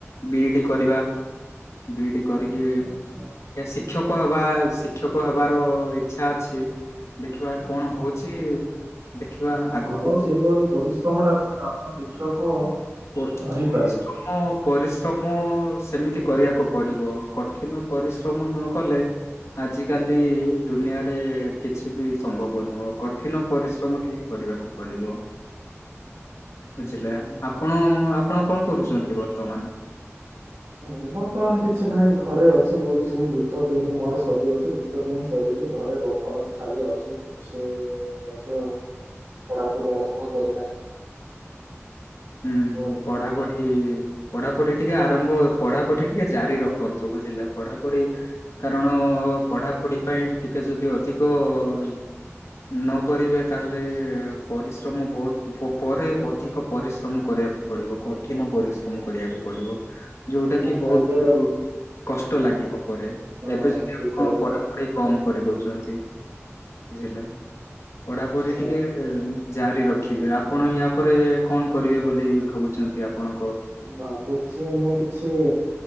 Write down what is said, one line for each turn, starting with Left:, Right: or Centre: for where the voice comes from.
Left: ବିଇଡି କରିବା। ବିଇଡି କରିକି
Right: ଆଚ୍ଛା ଆଚ୍ଛା
Left: ଶିକ୍ଷକ ହବା। ଶିକ୍ଷକ ହେବାର ଇଚ୍ଛା ଅଛି ଦେଖିବା କଣ
Right: ଆଚ୍ଛା
Left: ହଉଛି? ଦେଖିବା ଆଗକୁ
Right: ଆପଣ ସେଇଭଳି ପରିଶ୍ରମ ଟା କଲେ ଆପଣ ଶିକ୍ଷକ
Left: ପରିଶ୍ରମ
Right: ହେଇପାରିବେ।
Left: ପରିଶ୍ରମ ସେମିତି କରିବାକୁ ପଡିବ ଆ କଠିନ ପରିଶ୍ରମ ନ କଲେ ଆଜି କାଲି ଦୁନିଆରେ କିଛି ବି ସମ୍ଭବ ନୁହଁ କଠିନ ପରିଶ୍ରମ ଟିକେ କରି ରିବାକୁ ପଡିବ।
Right: ହ
Left: ବୁଝିଲେ ଆପଣ ଆପଣ କଣ କରୁଛନ୍ତି ବର୍ତ୍ତମାନ?
Right: ଓହୋ ବର୍ତ୍ତମାନ କିଛି ନାହିଁ ଘରେ ଅଛି ମୁଁ ବି ସେ ଯୁକ୍ତ ତିଣୀ ମୋର ସରି ଅଛି ଯୁକ୍ତତିଣ ସରି କି ଘରେ ବର୍ତ୍ତମାନ ଖାଲି ଅଛି କିଛି ମଧ୍ୟ ପଢାପଢ଼ି ଆରମ୍ଭ କରିନାହିଁ।
Left: ହୁଁ
Right: ଘ
Left: ପଢା ପଢି ପଢା ଟିକେ ଆରମ୍ଭ ପଢାପଢି ଟିକେ ଜାରି ରଖନ୍ତୁ ବୁଝିଲ ପଢାପଢି କାରଣ ପଢାପଢି ପାଇଁ ଟିକେ ଯଦି ଅଧିକ ନ କରିବେ ତାହେଲେ ପରିଶ୍ରମ ବହୁତ ପରେ ଅଧିକ ପରିଶ୍ରମ କରିବାକୁ ପଡିବ କଠିନ ପରିଶ୍ରମ କରିବାକୁ ପଡିବ। ଯୋଉଟା କି
Right: ଆଚ୍ଛା
Left: ବହୁତ
Right: ଏବେ
Left: କଷ୍ଟ ଲାଗିବ ପରେ
Right: ହଁ
Left: ଏବେ ଯଦି
Right: ଠିକ
Left: ଆପଣ
Right: କହିଲେ
Left: ପଢାପଢି କମ କରିଦଉଛନ୍ତି <unintelligible> ବୁଝିଲେ ପଢାପଢି
Right: ହଁ
Left: ଟିକେ ଉମ୍ ଜାରି ରଖିବେ ଆପଣ ୟା ପରେ କଣ କରିବେ ବୋଲି ଭାବୁଛନ୍ତି ଆପଣ?
Right: ଭାବୁଛି ମୁଁ କିଛି